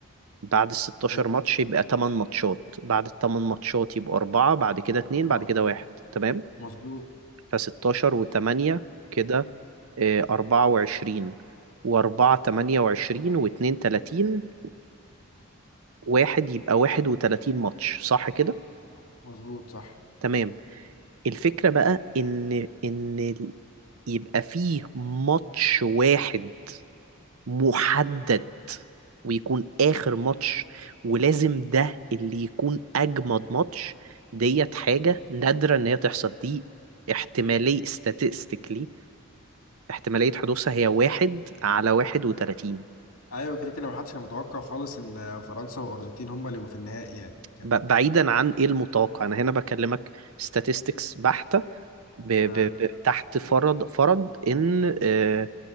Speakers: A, on the right; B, on the left.
A: بعد ال 16
B: أيوة.
A: ماتش يبقى 8 ماتشات بعد ال 8 ماتشات يبقى 4 بعد كده 2
B: طبعاً.
A: بعد كده 1 تمام
B: مظبوط
A: ف 16 و8 كده إيه 24 و4 28 و2 30 و1 يبقى 31 ماتش صح كده
B: مظبوط صح
A: تمام الفكرة بقى إن إن ال- يبقى فيه ماتش واحد محدد ويكون آخر ماتش ولازم ده اللي يكون أجمد ماتش ديت حاجة نادرة إن هي تحصل دي احتمالية statistically احتمالية حدوثها هي واحد على واحد وتلاتين
B: ايوه كده كده محدش كان متوقع خالص ان فرنسا والارجنتين هما اللي يبقوا في النهائي يعني كان
A: ب- بعيدا عن إيه المتوقع أنا هنا بكلمك statistics بحتة ب... ب...
B: اه
A: ب... تحت فرض فرض ان آه،